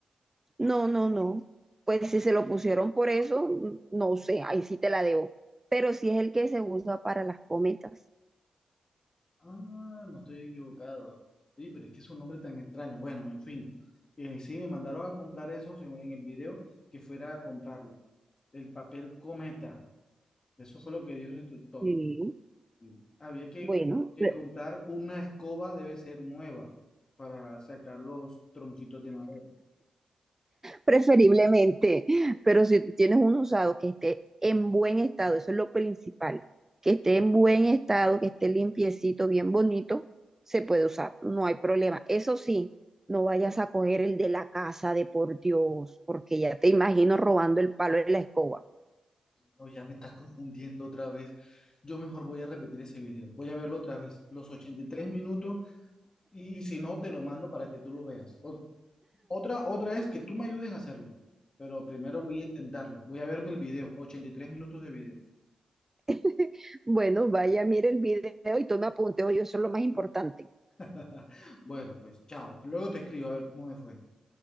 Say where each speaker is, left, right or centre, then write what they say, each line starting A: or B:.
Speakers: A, on the right (about 20°); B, on the left (about 35°).
A: No, no, no. Pues si se lo pusieron por eso, no sé, ahí sí te la debo. Pero sí es el que se usa para las cometas.
B: Ah, no estoy equivocado. Sí, pero es que es un nombre tan extraño. Bueno, en fin. Eh, sí, me mandaron a comprar eso según en el video, que fuera a comprarlo. El papel cometa. Eso fue lo que dijo el instructor.
A: Sí,
B: Sí. Había que,
A: bueno,
B: que
A: pre-
B: comprar una escoba, debe ser nueva, para sacar los tronquitos de madera.
A: preferiblemente, pero si tú tienes un usado que esté en buen estado, eso es lo principal, que esté en buen estado, que esté limpiecito, bien bonito, se puede usar, no hay problema. Eso sí, no vayas a coger el de la casa de por Dios, porque ya te imagino robando el palo de la escoba.
B: No, ya me estás confundiendo otra vez. Yo mejor voy a repetir ese video. Voy a verlo otra vez, los 83 minutos, y, y si no, te lo mando para que tú lo veas. O Otra, otra es que tú me ayudes a hacerlo, pero primero voy a intentarlo. Voy a verme el video, 83 minutos de video.
A: <laughs> Bueno, vaya, mire el video y toma apuntes, oye, eso es lo más importante.
B: <laughs> Bueno, pues chao. Luego te escribo a ver cómo me fue.